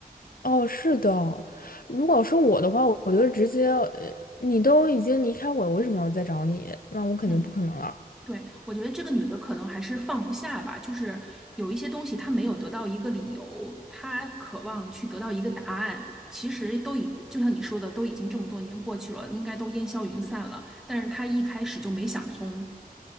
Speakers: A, on the left; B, in the centre.
A: 哦，是的，如果是我的话，我我就直接，呃你都已经离开我，我为什么要再找你？那我肯定不可能了。
B: 嗯，对，我觉得这个女的可能还是放不下吧，就是有一些东西她没有得到一个理由，她渴望去得到一个答案。其实都已就像你说的，都已经这么多年过去了，应该都烟消云散了，但是她一开始就没想通。